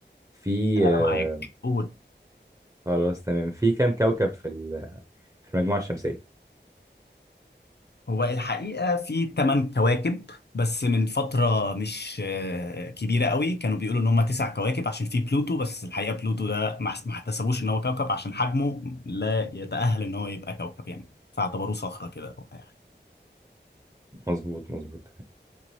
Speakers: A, on the right; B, on the left.
A: في
B: أنا
A: آه،
B: معاك قول
A: خلاص تمام في كم كوكب في ال- في المجموعة الشمسية
B: هو الحقيقة في تمن كواكب بس من فترة مش آه، كبيرة قوي كانوا بيقولوا إن هما تسع كواكب عشان في بلوتو بس الحقيقة بلوتو ده ما ما احتسبوش إن هو كوكب عشان حجمه لا يتأهل إن هو يبقى كوكب يعني فاعتبروه صخرة كده أو أي حاجة
A: مظبوط مظبوط تمام